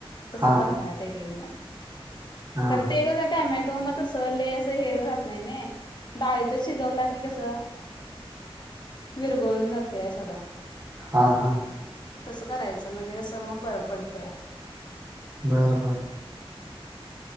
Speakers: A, on the left; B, on the right.
A: तसं
B: हा हा
A: करत्यात. ते एक एक जण
B: हा
A: खर
B: हा
A: ते कसं टामॅटो म तस लय असं हे राहत नाय. डाळीतचं शिजवला की कसं विरगळून जातोया सगळा.
B: हां हा.
A: तसं करायचं म्हणजे कस म बरं पडतंया.
B: बर बर.